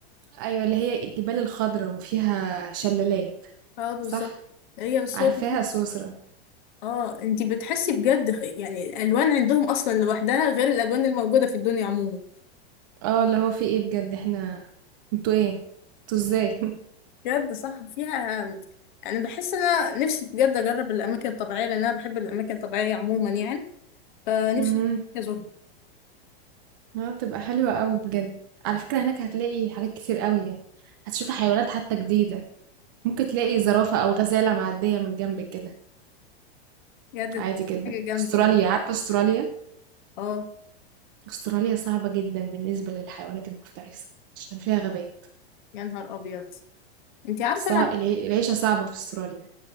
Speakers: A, on the right; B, on the left.
A: أيوة اللي هي الجبال الخضراء وفيها شلالات
B: اه بالظبط
A: صح
B: هي الصور
A: عارفاها
B: دي
A: سويسرا
B: اه أنت بتحسي بجد خ- يعني الألوان عندهم أصلا لوحدها غير الألوان الموجودة في الدنيا عموما
A: اه اللي هو في ايه بجد احنا انتوا ايه انتوا ازاي
B: بجد صح فيها يعني بحس انا نفسي بجد اجرب الاماكن الطبيعيه لان انا بحب الاماكن الطبيعيه عموما يعني فنفسي
A: <laughs> مهم.
B: ازورها
A: اه تبقى حلوة قوي بجد على فكرة هناك هتلاقي حاجات كتير قوي يعني هتشوفي حيوانات حتى جديدة ممكن تلاقي زرافة او غزالة معدية من جنبك كده
B: بجد
A: عادي جدا
B: حاجه جامده
A: استراليا
B: يعني
A: عارفة استراليا
B: اه
A: استراليا صعبة جدا بالنسبة للحيوانات المفترسة عشان فيها غابات
B: يا نهار ابيض انت عارفه
A: صع...
B: انا
A: العي- العيشة صعبة في استراليا